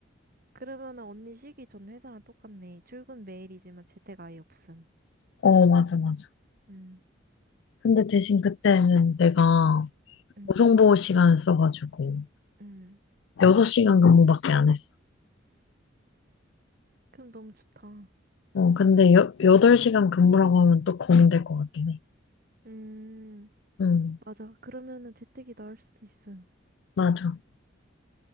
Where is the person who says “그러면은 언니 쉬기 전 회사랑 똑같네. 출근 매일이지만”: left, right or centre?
Right